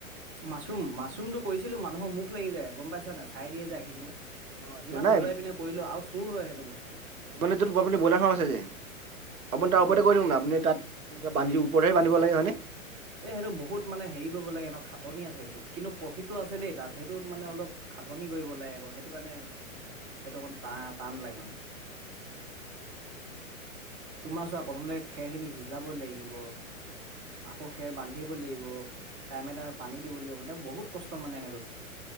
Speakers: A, on the right (about 20°); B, on the right (about 80°).
A: মাছৰুম মাছৰুমটো
B: হয়।
A: কৰিছিলো মানুহৰ মুখ লাগি যায় গম পাইছা নে চাই দিয়ে যে আহি পিনে।
B: অ আচ্ছা
A: যিমান
B: নাই
A: লুকুৱাই পিনে কৰিলেও আৰু চুৰ হয়। সেইটো বস্তু
B: মানে য'ত আপুনি ব্ৰইলাৰ ফাৰ্ম আছে যে। আপুনি তাৰ
A: উম।
B: ওপৰতে কৰি দিয়ক না আপুনি তাত বান্ধি ওপৰতে বান্ধিব লাগে হয় নে?
A: এই সেইটো বহুত মানে হেৰি কৰিব লাগে ন খাটনি আছে সেইটোত কিন্তু প্ৰফিতটো আছে দেই তাত। সেইটোত মানে অলপ খাটনি কৰিব ওলাই ক সেইটো কাৰণে সেইটো কাৰণে টা টান লাগে মানে। তোমাৰ চোৱা প্ৰথমতে খেৰ খিনি সিজাব লাগিব। আক ক খেৰ বান্ধিব লাগিব টাইমে টাইমে পানী দিব লাগিব মানে বহুত কষ্ট মানে সেইটো